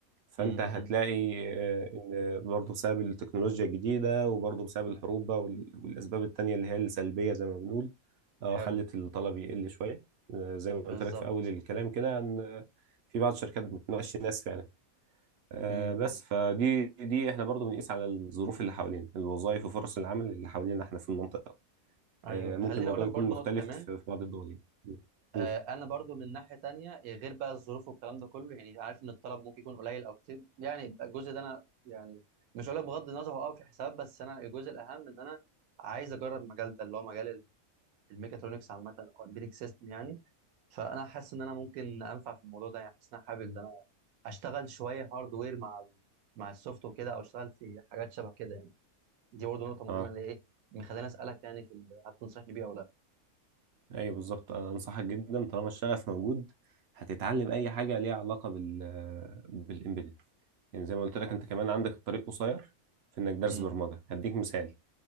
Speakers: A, on the right (about 65°); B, on the right (about 80°).
A: فانت
B: مم،
A: هتلاقي
B: مم.
A: آه، ان برضه بسبب التكنولوجيا الجديده وبرضه بسبب الحروب بقى وال- والاسباب التانيه اللي هي السلبيه زي ما بنقول اه
B: حلو
A: خلت الطلب يقل شويه آه، زي ما قلت
B: بالظبط
A: لك في اول الكلام كده ان آه، في بعض الشركات بتناقش ناس فعلا آه،
B: مم،
A: بس
B: مم.
A: فدي دي احنا برضه بنقيس على الظروف اللي حوالينا الوظائف وفرص العمل اللي حوالينا احنا في المنطقه
B: ايوه
A: آه، ممكن
B: خليني
A: الموضوع
B: اقول لك
A: يكون
B: برضو
A: مختلف
B: نقطه كمان
A: في بعض الدول يعني
B: آه،
A: قول
B: انا برضو من ناحيه تانية إيه، غير بقى الظروف والكلام ده كله يعني عارف ان الطلب ممكن يكون قليل او كتير يعني يبقى الجزء ده انا يعني مش هقول لك بغض النظر هو اه في حساب بس انا الجزء الاهم ان انا عايز اجرب المجال ده اللي هو مجال ال- الميكاترونكس عامه او البيتك سيستم يعني فانا حاسس ان انا ممكن انفع في الموضوع ده يعني حاسس ان انا حابب ان انا اشتغل شويه هاردوير مع ال مع السوفت وكده او اشتغل في حاجات شبه كده يعني دي برضو نقطه مهمه
A: اه
B: اللي ايه مخليني اسالك يعني في ال- هتنصحني بيها او لا
A: ايوه بالظبط انا انصحك جدا طالما الشغف موجود هتتعلم اي حاجه ليها علاقه بال بالامبيدد يعني زي ما قلت لك
B: حلو
A: انت كمان عندك الطريق قصير في انك درس
B: امم
A: برمجه هديك مثال